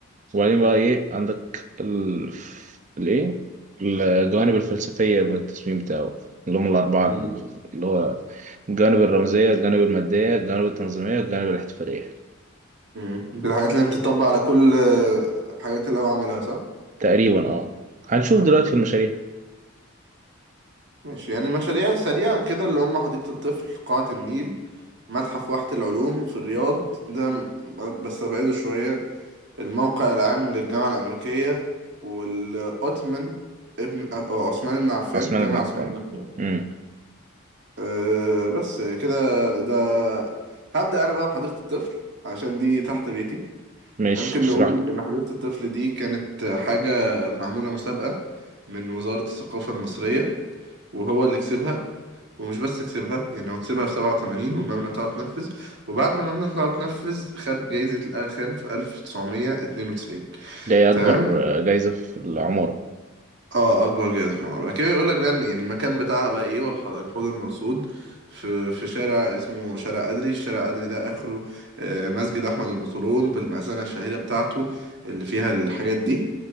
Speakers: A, on the right; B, on the right.
A: وبعدين بقى ايه عندك ال... الايه الجوانب الفلسفية من التصميم بتاعه اللي هم الأربعة
B: مم.
A: اللي هو الجوانب الرمزية الجوانب المادية الجوانب التنظيمية الجوانب الاحتفالية
B: مم. دي الحاجات اللي بتطبق على كل آه، الحاجات اللي هو عاملها صح؟
A: تقريبا اه هنشوف دلوقتي في المشاريع
B: ماشي يعني المشاريع سريعا كده اللي هم حديقة الطفل قاعة النيل متحف واحة العلوم في الرياض ده م- بس أبعده شوية الموقع العام للجامعة الأمريكية والأوتمن ابن أو عثمان بن عفان
A: عثمان
B: جامع
A: بن عفان
B: عثمان بن عفان
A: امم
B: أه بس كده ده هبدأ أنا بقى بحديقة الطفل عشان دي تحت بيتي
A: ماشي
B: ممكن
A: اشرح
B: نقول
A: لي
B: إن حديقة الطفل دي كانت حاجة معمولة مسابقة من وزارة الثقافة المصرية وهو اللي كسبها ومش بس كسبها يعني هو كسبها في 87 والمبنى بتاعه اتنفذ وبعد ما المبنى بتاعه اتنفذ خد جايزة الأغا خان في 1992
A: ده هي أكبر
B: تمام
A: آه، جايزة في العمارة
B: اه اكبر جائزه في العمر بعد كده يقول لك بقى ان المكان بتاعها بقى ايه والح- الحوض المرصود في في شارع اسمه شارع أدري الشارع أدري ده اخره آه، مسجد احمد بن طولون بالمأذنه الشهيره بتاعته اللي فيها الحاجات دي